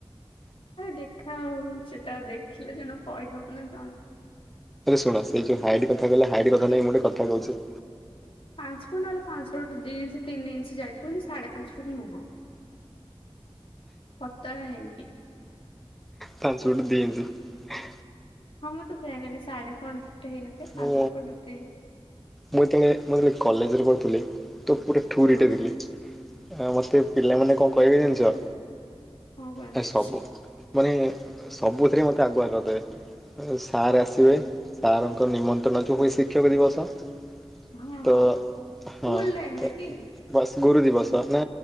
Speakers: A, on the left; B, in the centre.
A: ଦେଖା ହଉ ସେଟା ଦେଖିଲେ ଜଣ କହିହବ ନା ଜଣ।
B: ଶୁଣ ସେଇ ଯୋଉ ହାଇଟ କଥା କହିଲ ହାଇଟ କଥା ନ
A: କେତେ
B: ମୁଁ
A: ପାଞ୍ଚ
B: ଟଟେ କଥା
A: ଫୁଟ
B: କହୁଛି।
A: ପାଞ୍ଚ ଫୁଟ ନହେଲେ ପାଞ୍ଚ ଫୁଟ ଦି ଇଞ୍ଚ ତିନି ଇଞ୍ଚ ଯାଇଥିବନି ସାଢେ ପାଞ୍ଚ ଫୁଟ ନୁହଁ। ପତଳା ହେଇକି ।
B: ତାାନ ସୁଟ ଦେଇିନ୍ତି ।
A: ହଁ ମୁଁ ତ ସେୟା କାଲି ସାଢେ ପାଞ୍ଚ ଫୁଟ ହେଇନଥାିବ
B: ମୁଁ
A: ପାଞ୍ଚ ଫୁଟ ଦ।
B: ମୁଁ ଯେତେଳେ ମୁତେଳେ କଲେଜରେ ପଢ଼ୁଥିଲି ତ ପୁରା ଠରିୀଟେ
A: ହଁ
B: ଥିଲି। ମତେ ପିଲାମାନେ କଣ କହିବେ ଜାଣିଛ
A: ହଁ କୁହନ୍ତି
B: ଏ ସବୁ ମାନେ ସବୁଥିରେ ମୋତେ ଆଗୁଆ କରିଦେବେ। ସାର୍ ଆସିବେ ସାର୍ଙ୍କ ନିମନ୍ତ୍ରଣ ଯୋଉ ହୁଏ ଶିକ୍ଷକ ଦିବସ ।
A: ହଁ ହଁ
B: ତ ହଁ
A: ସ୍କୁଲ ଟାଇମରେ
B: ବସ୍
A: କି?
B: । ଗୁରୁ ଦିବସ ନା